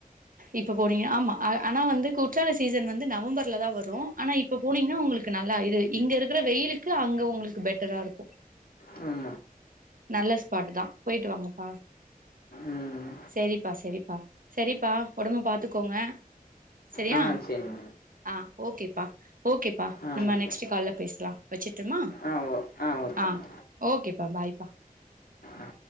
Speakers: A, on the right; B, on the left.
A: இப்ப போனீங்க ஆமா ஆ ஆனா வந்து குற்றால சீசன் வந்து நவம்பர்ல தா வரு ஆனா இப்ப போனீங்கன்னா உங்களுக்கு நல்லா இது இங்க இருக்கிற வெயிலுக்கு அங்க உங்களுக்கு பெட்டரா இருக்கும்
B: ம்
A: நல்ல ஸ்பாட்டு தா போயிட்டு வாங்கப்பா
B: ம்.
A: செரிப்பா செரிப்பா சேரிப்பா உடம்ப பாத்துக்கோங்க சேரியா
B: ஆ சரிங்க.
A: ஆ ஓகேப்பா ஓகேப்பா
B: ஆ
A: நம்ம
B: ஓகே.
A: நெக்ஸ்டு கால்ல பேசலா வச்சிர்ட்டுமா
B: ஆ ஓ ஓகேங்க.
A: ஆ ஓகேப்பா பாய்பா
B: ஆ.